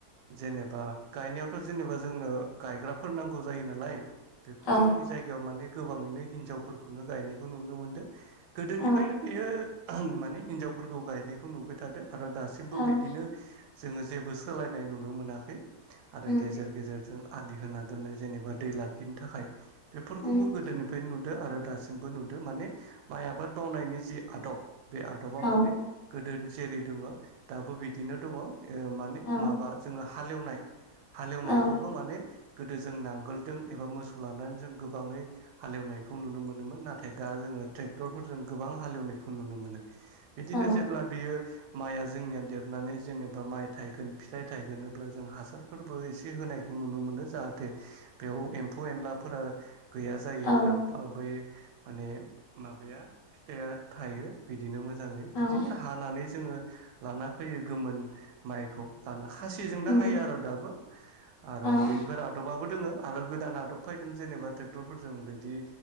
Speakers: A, on the right (about 90°); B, on the left (about 60°).
A: जेनेबा गायनायावथ' जेनेबा जोंनो गायग्राफोर नांगौ जायो नालाय बेखौ
B: औ
A: जोंनि जायगायाव माने गोबाङैनो हिनजावफोरखौनो गायनायखौ नुनो मोनदों गोदोनिफ्रायनो
B: औ
A: बेयो माने हिनजावफोरखौ गायनायखौ नुबाय थादो आरो दासिमबो
B: औ
A: बिदिनो जोङो जेबो सोलायनाय नुनो मोनाखै आरो
B: उम
A: गेजेर गेजेरजों आलि होना दोननाय जेनेबा दै लाखिनो थाखाय बेफोरखौबो
B: उम
A: गोदोनिफ्रायनो नुदों आरो दासिमबो नुदों माने माइ आबाद मावनायनि जि आदब बे आदबा
B: औ
A: माने गोदोनि जेरै दङ दाबो बिदिनो दङ ओ माने
B: औ
A: माबा जोङो हालेवनाय हालेवनायखौल'
B: औ
A: माने गोदो जों नांगोलजों एबा मोसौ लानानै जों गोबाङै हालेवनायखौ नुनो मोनोमोन नाथाय नाथाय दा जोङो ट्रेक्टरफोरजों गोबां हालेवनायखौ नुनो मोनो बिदिनो
B: औ
A: जेब्ला बियो माइआ जोंनिया देरनानै जेनेबा माइ थायगोन फिथाइ थायगोन अब्ला जों हासारफोरबो एसे हो होनायखौ नुनो मोनो जाहाथे बेयाव एम्फौ एनलाफोरा गैया जायो
B: औ
A: आरो ओमफाय माने माबाया फिथाइआ थायो बिदिनो मोजां मोजाङै
B: औ
A: बिदिनो हानानै जोङो लाना फैयो गोमोन माइखौ लानानै खासिजोंनो
B: उम
A: हायो आरो दाबो आरो
B: औ
A: बेफोर आदबाबो आरो गोदान आदब फैदों जेनेबा ट्रेक्टरफोरजों बिदि